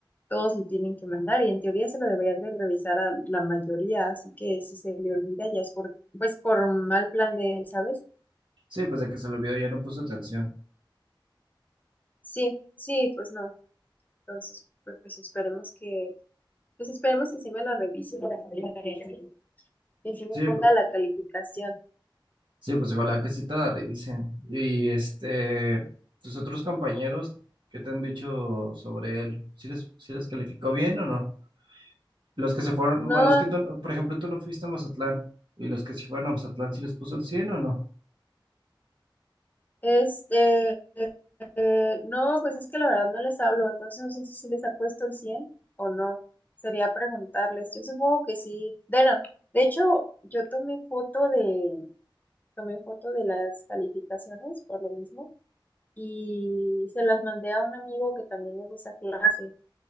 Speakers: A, on the left; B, on the right.
A: todos le tienen que mandar y en teoría se lo deberían de revisar a la mayoría, así que si se le olvida ya es por, pues por mal plan de él, ¿sabes?
B: Sí, pues de que se lo vio ya no puso atención.
A: Sí, sí, pues no, entonces pues esperemos que, pues esperemos que sí me la revise para que, que sí me
B: Sí,
A: ponga
B: pu-
A: la calificación.
B: sí, pues ojalá que sí te la revisen. Y este, tus otros compañeros, ¿qué te han dicho sobre él? ¿Sí les, sí les calificó bien o no? Los que se fueron,
A: No,
B: bueno, es que tú, no- por ejemplo, tú no fuiste a Mazatlán. Y los que sí fueron a Mazatlán, ¿sí les puso el 100 o no?
A: Este, eh, no, pues es que la verdad no les hablo, entonces no sé si les ha puesto el 100 o no. Sería preguntarles. Yo supongo que sí. Bueno, de hecho, yo tomé foto de, tomé foto de las calificaciones por lo mismo y se las mandé a un amigo que también es de esa clase.